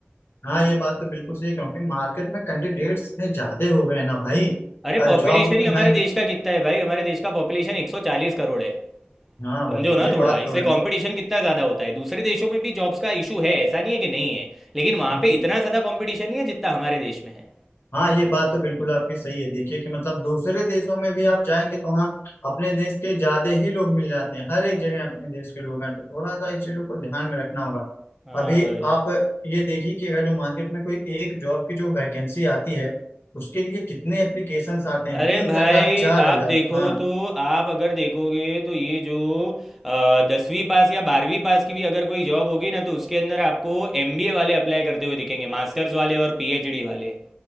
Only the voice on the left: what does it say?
हाँ ये बात तो बिल्कुल सही है, क्योंकि मार्केट में कैंडिडेट्स इतने ज्यादा हो गए हैं ना भाई
और
जॉब उतनी
है
नहीं।
हाँ भाई
ये
बात तो
है
हम्म।
हाँ ये बात तो बिल्कुल आपकी सही है देखिए कि मतलब दूसरे देशों में भी आप जाएंगे तो हाँ अपने देश के ज्यादा ही लोग मिल जाते हैं हर एक जगह अपने देश के लोग हैं तो थोड़ा सा इस चीजों को ध्यान में रखना होगा
अभी
आप ये देखिए कि अगर जो मार्केट में कोई एक जॉब की जो वैकेंसी आती है उसके लिए कितने एप्लीकेशंस आते हैं
तीन
हजार चार
हजार
हाँ